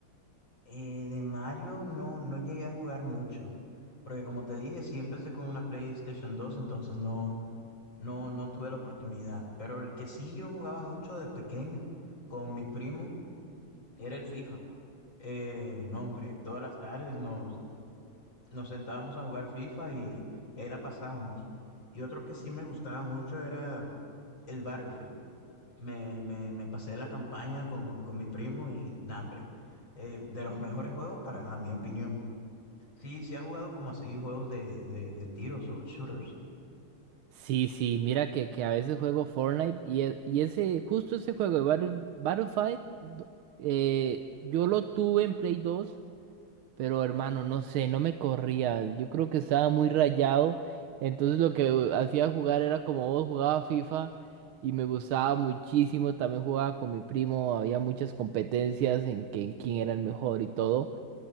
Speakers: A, on the left; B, on the right.
A: Eh, de Mario no, no llegué a jugar mucho, porque como te dije, sí empecé con una PlayStation 2, entonces no, no, no tuve la oportunidad. Pero el que sí yo jugaba mucho de pequeño con mi primo Era el FIFA. Eh, no, hombre, todas las tardes nos, nos sentábamos a jugar FIFA y, y ahí la pasábamos. Y otro que sí me gustaba mucho era el Battlefield. Me, me, me pasé la campaña con, con mi primo y, nah, hombre, eh, de los mejores juegos para, a mi opinión. Sí, sí ha jugado como así juegos de, de, de tiros o shooters.
B: Sí, sí, mira que, que a veces juego Fortnite y, e- y ese, justo ese juego de Battle- Battlefield, do- eh, yo lo tuve en Play 2 pero hermano, no sé, no me corría. Yo creo que estaba muy rayado. Entonces lo que eh, hacía jugar era como vos jugaba FIFA y me gustaba muchísimo. También jugaba con mi primo, había muchas competencias en, que, en quién era el mejor y todo.